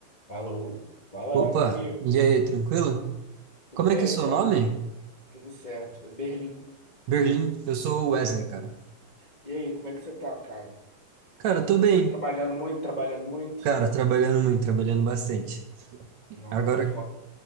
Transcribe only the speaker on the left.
Alô? Fala,
meu amigo.
Tudo
bem,
cara?
Tudo certo. É Berlim,
né?
E aí, como é que você tá, cara?
Tá trabalhando muito, trabalhando muito?
Nossa,
é foda.